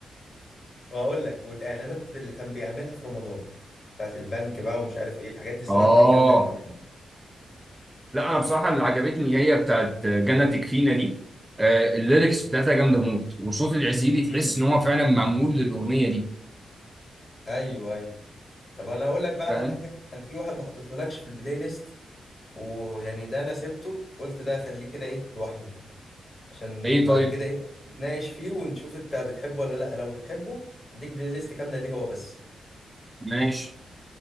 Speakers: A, on the left; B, on the right.
A: وهقول لك والاعلانات اللي كان بيعملها في رمضان بتاعت البنك بقى ومش عارف ايه الحاجات دي صراحه
B: اه
A: كانت جامده قوي
B: لا انا بصراحه اللي عجبتني هي بتاعت جنة تكفينا دي آه، الليركس بتاعتها جامده موت وصوت العزيزي
A: امم
B: تحس ان هو فعلا معمول للاغنيه دي
A: ايوه ايوه طب انا هقول لك بقى على
B: فاهم
A: حاجه انا في واحد ما حطيتهولكش في البلاي ليست ويعني ده انا سبته قلت ده خليه كده ايه لوحده عشان
B: ايه
A: بعد
B: طيب
A: كده ايه نتناقش فيه ونشوف انت بتحبه ولا لا لو بتحبه اديك بلاي ليست كامله ليه هو بس
B: ماشي